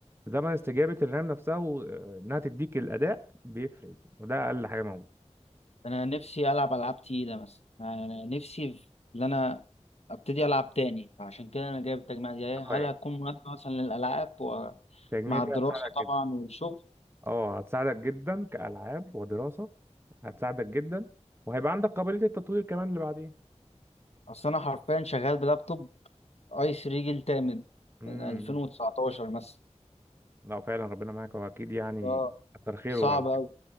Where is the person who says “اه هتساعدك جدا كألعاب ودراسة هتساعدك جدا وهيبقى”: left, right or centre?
Right